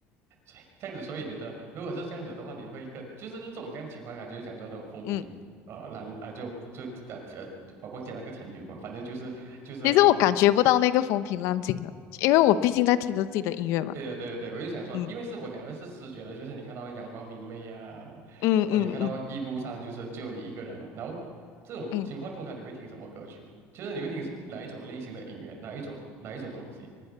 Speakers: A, on the right; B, on the left.
A: <laughs> 这样子，所以你的如果是这样子的话，你会一个就是那种这样的情况啊，就是讲说那种风平呃浪啊，
B: 嗯。
A: 就就呃呃，我忘记那个成语吧，反正就是就是很
B: 其实我感觉不到那个风平浪静了，因为我毕竟在听着自己的音乐嘛。
A: 对的对的对的我就想说，
B: 嗯，
A: 因为是我讲的是视觉的，就是你看到阳光明媚呀、啊，
B: 嗯嗯嗯
A: 然后你看到一路上就是只有你一个人嘛，然后这种情况通常你会听什么歌曲？
B: 嗯，
A: 就是你会听哪一种类型的音乐，哪一种哪一种东西？